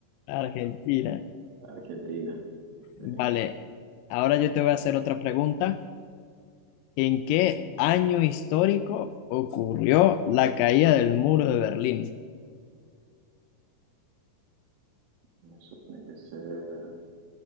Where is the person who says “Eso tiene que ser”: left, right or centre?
Right